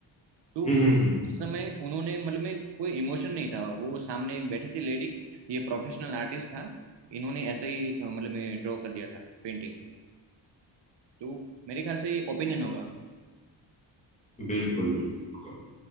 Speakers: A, on the right; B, on the left.
A: तो
B: हम्म, हम्म,
A: उस समय उन्होंने मतलब में कोई इमोशन नहीं था वो सामने एक बैठी थी लेडी ये प्रोफेशनल आर्टिस्ट था इन्होंने ऐसे ही अ, मतलब में ड्रॉ कर दिया था पेंटिंग तो मेरे ख्याल से ये ओपिनियन होगा
B: बिल्कुल बिल्कुल बिल्कुल